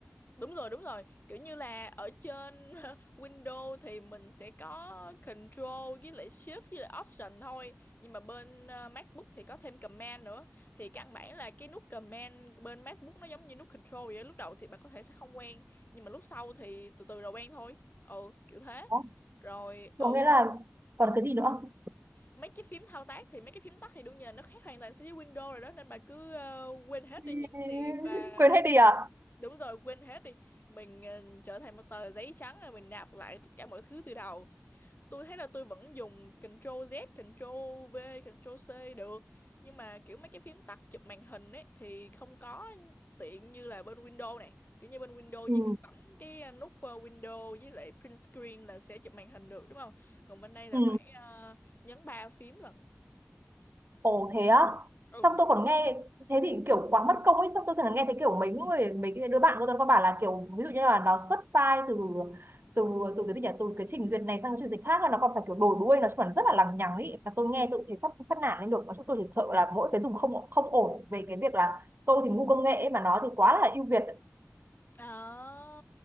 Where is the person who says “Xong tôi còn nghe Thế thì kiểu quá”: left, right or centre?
Right